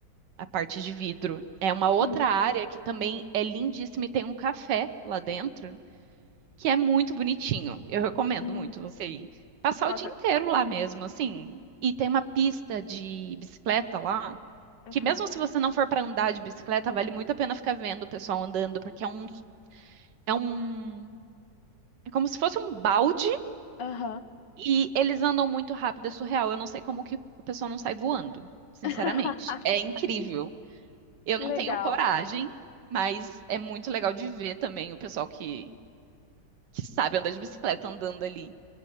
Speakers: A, on the right; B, on the left.
A: a parte de vidro. É uma outra
B: sim,
A: área que também é lindíssima e tem um café lá dentro que é muito bonitinho. Eu recomendo
B: sim.
A: muito você ir. Passar
B: Nossa,
A: o dia inteiro lá mesmo, assim. E tem uma pista de bicicleta lá,
B: aham,
A: que mesmo se você não for para andar de bicicleta, vale muito a pena ficar vendo o pessoal andando, porque é um, é um, é como se fosse um balde
B: aham.
A: e eles andam muito rápido, é surreal. Eu não sei como que o pessoal não sai voando, sinceramente.
B: <laughs>
A: É incrível. Eu
B: Que
A: não
B: legal.
A: tenho coragem, mas é muito legal de ver também o pessoal que, que sabe andar de bicicleta andando ali.